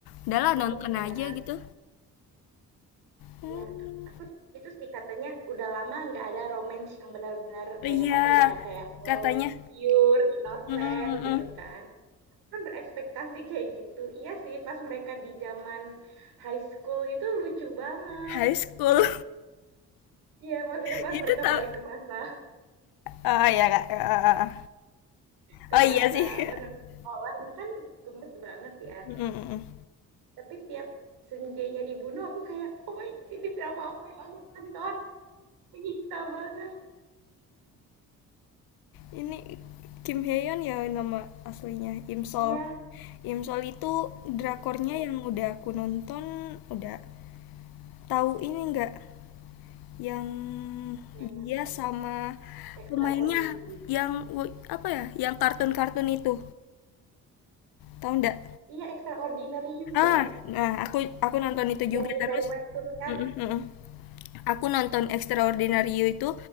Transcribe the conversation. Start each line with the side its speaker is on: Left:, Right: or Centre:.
Left: udahlah
Right: Oh
Left: nonton
Right: iya.
Left: aja gitu. Hmm,
Right: Iya, aku itu sih katanya udah lama nggak ada romance yang benar-benar kayak
Left: iya
Right: apa ya, kayak polos,
Left: katanya
Right: pure, innocent
Left: mm, mm, mm.
Right: gitu
Left: mm,
Right: kan. Aku Kan berekspektasi kayak gitu. Iya sih, pas mereka di zaman high school gitu lucu banget.
Left: high school
Right: Iya, maksudnya pas
Left: <laughs> itu
Right: mereka
Left: tau
Right: balik ke masa
Left: oh iya kak Ah. oh oh.
Right: ke
Left: Oh iya
Right: masa
Left: sih
Right: apa
Left: <laughs>
Right: namanya sekolah itu kan gemes banget ya.
Left: Mm, mm, mm.
Right: Tapi tiap Senjanya dibunuh aku kayak oh my god ini drama apa yang aku tonton menyiksa banget.
Left: ini Kim Hyeon ya nama aslinya Im Sol
Right: Iya,
Left: Im Sol itu drakornya
Right: itu
Left: yang udah aku nonton udah Tahu ini nggak yang
Right: yang mana
Left: dia sama
Right: Extraordinary.
Left: pemainnya yang wo- apa ya? Yang kartun-kartun itu. Tahu nggak?
Right: Iya, Extraordinary You ya?
Left: Ah, nah aku aku nonton itu juga
Right: Yang dia
Left: terus.
Right: dari webtoon kan?
Left: Mm-mm, mm-mm. Aku nonton Extraordinary You itu